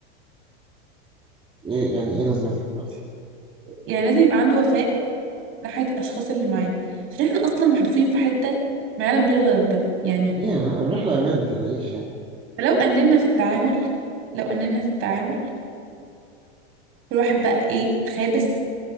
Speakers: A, on the right; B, on the right.
A: ايه يعني ايه لازمتها دلوقتي؟
B: يعني لازم يبقى عنده وفاء ناحيه الاشخاص اللي معاه عشان احنا اصلا محدودين في حته ما يعلم بيها الا ربنا يعني
A: ايه الرحله امان ما تقلقيش يعني
B: فلو اننا في التعامل لو اننا في التعامل كل واحد بقى ايه خابس